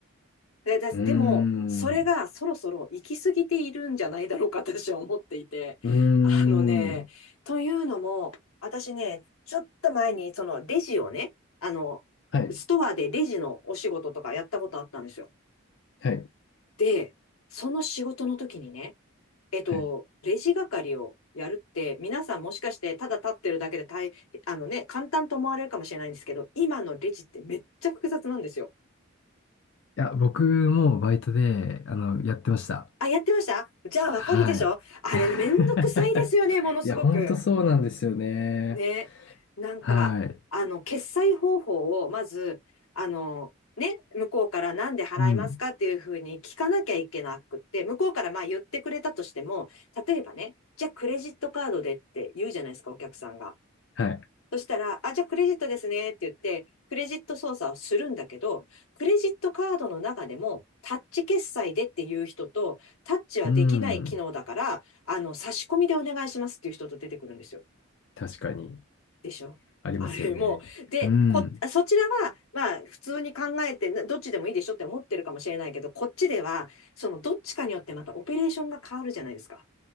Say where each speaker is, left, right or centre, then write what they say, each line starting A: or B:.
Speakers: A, on the left; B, on the left.
A: で、ででも、
B: うーん。
A: それがそろそろ行き過ぎているんじゃないだろうか、<laughs> 私は思っていて。
B: うーん。
A: あのね、というのも、私ね、ちょっと前に、そのレジをね、あの、
B: はい。
A: ストアでレジのお仕事とかやったことあったんですよ。
B: はい。
A: で、その仕事の時にね、えっと、
B: はい。い
A: レジ係をやるって、皆さんもしかしてただ立ってるだけで大、あのね、簡単と思われるかもしれないんですけど、今のレジってめっちゃ複雑なんですよ。
B: や、僕もバイトで、あの、やってました。
A: あ、やってましたじゃあわかるでしょあれね、
B: はい。<laughs>
A: めんどくさいですよね、ものすごく。
B: いや、ほんとそうなんですよね。
A: ね。なんか、
B: はい。
A: あの、決済方法を、まず、あの、ね、向こうからなんで払いますかっていうふうに聞かなきゃいけなくって、
B: うん。
A: 向こうからまあ言ってくれたとしても、例えばね、じゃあクレジットカードでって言うじゃないですか、お客さんが。
B: はい。
A: そしたら、あ、じゃあクレジットですねって言って、クレジット操作をするんだけど、クレジットカードの中でも、タッチ決済でっていう人と、タッチはできない機能だから、
B: うん。
A: あの、差し込みでお願いしますっていう人と出てくるんですよ。
B: 確かに、
A: でしょあれもう、
B: ありますよね。
A: で、
B: うん。
A: こ、そちらは、まあ、普通に考えて、などっちでもいいでしょって思ってるかもしれないけど、こっちでは、その、どっちかによってまたオペレーションが変わるじゃないですか。